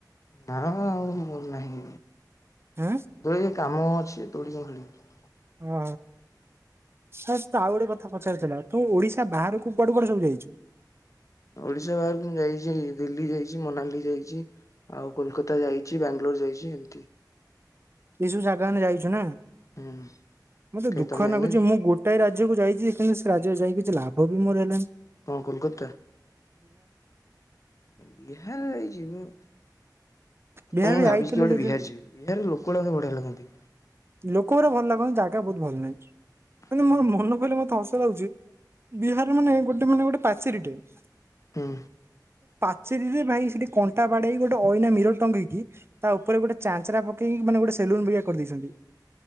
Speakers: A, on the left; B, on the right.
A: ନା ମ ଆଉ ମୋର ନାହିଁ
B: ଆଁ
A: ଦୋ କାମ ଅଛି ଦୋଳି କଣ ଖେଳିବି?
B: ହଁ। ହେ ତ ଆଉ ଗୋଟେ କଥା ପଚାରିଥିଲା? ତୁ ଓଡିଶା ବାହାରକୁ କୁଆଡୁ କୁଆଡେ ସବୁ ଯାଇଛୁ?
A: ଓଡିଶା ବାହାରକୁ ମୁଁ ଯାଇଛି ଦିଲ୍ଲୀ ଯାଇଛି ମନାଲି ଯାଇଛି ଆଉ କୋଲକାତା ଯାଇଛି ବାଙ୍ଗଲୋର ଯାଇଛି ଏମତି।
B: ଏଇ ସବୁ ଜାଗା ମାନେ ଯାଇଛୁ ନା?
A: ହୁଁ
B: ମତେ
A: କାଇଁ
B: ଦୁଃଖ
A: ତମେ ଯାଇନ
B: ଲାଗୁଛି
A: କି
B: ମୁଁ ଗୋଟାଏ ରା ରାଜ୍ୟକୁ ଯାଇଛି କିନ୍ତୁ ସେ ରାଜ୍ୟକୁ ଯାଇକ କିଛି ଲାଭ ବି ମୋର ନାହିଁ।
A: କଣ କୋଲକାତା ବିହାର ହେଇ ଯିବ?
B: ବିହାର
A: ମୁଁ
B: ବି
A: ଭାବିଛି
B: ଯାଇଥିଲୁ
A: କେବେ
B: ସେ
A: ବିହାର
B: ଯୋଉ
A: ଯିବି ବିହାର ଲୋକ ଲୋକ ଗୁଡାକ ସବୁ ବଢ଼ିଆ ଲାଗନ୍ତି।
B: ଲୋକ ଗୁରା ଭଲ ଲାଗନ୍ତି ଜାଗା ବହୁତ ଭଲ ନାହିଁ। କିନ୍ତୁ
A: ହୁଁ
B: ମୋର ମନେ କହିଲେ ମତେ ହସ ଲାଗୁଛି ବିହାର ମାନେ ଗୋଟେ ମାନେ ଗୋଟେ ପାଚିରି ଟାଇମ୍
A: ହୁଁ।
B: ସେଥିିରେ ଭାଇ ସେଠି କଣ୍ଟା ବାଡେଇ ଗୋଟେ ଅଇନା ମିର ଟଙ୍ଗିକି ତା ଉପରେ ଗୋଟେ ଚାଞ୍ଚରା ପକି ମାନେ ଗୋଟେ ସେଲୁନ ବିୟଆ କରିଦେଇଛନ୍ତି।